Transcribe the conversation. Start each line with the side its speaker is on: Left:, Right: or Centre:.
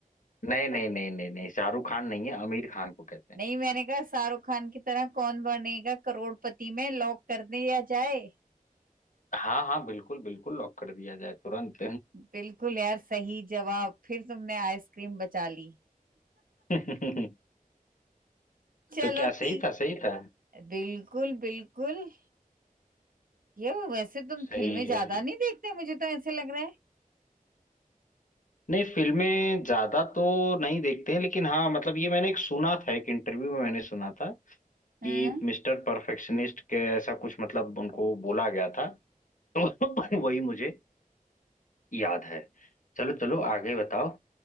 Left: नहीं नहीं नहीं नहीं नहीं शाहरुख खान नहीं है आमिर खान को कहते हैं
Right: नहीं मैंने कहा शाहरुख खान की तरह कौन बनेगा करोड़पति में लॉक कर दिया जाए
Left: हाँ हाँ बिल्कुल बिल्कुल लॉक कर दिया जाए तुरंत
Right: बिल्कुल यार सही जवाब फिर तुमने आइसक्रीम बचा ली
Left: <laughs>
Right: चलो
Left: तो क्या
Right: ती
Left: सही था सही था
Right: बिल्कुल बिल्कुल ये वैसे तुम
Left: सही
Right: फिल्में ज्यादा
Left: है
Right: नहीं देखते मुझे तो ऐसे लग रहा है
Left: नहीं फिल्में ज्यादा तो नहीं देखते हैं लेकिन हाँ मतलब ये मैंने एक सुना था एक इंटरव्यू में मैंने सुना था
Right: हाँ
Left: कि मिस्टर परफेक्शनिस्ट के ऐसा कुछ मतलब उनको बोला गया था तो <laughs> वही मुझे याद है चलो चलो आगे बताओ